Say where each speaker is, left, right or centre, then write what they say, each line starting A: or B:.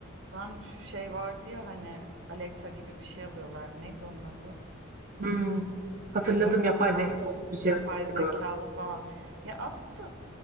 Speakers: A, on the right; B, on the right.
A: Ben şu şey vardı ya hani Alexa gibi bir şey alıyorlar. Neydi onun adı?
B: Hmm, hatırladım
A: Eve
B: yapay
A: aldık.
B: zeka
A: Yapay
B: bir şeyler destek
A: zekalı
B: alıyor.
A: falan. Ya aslında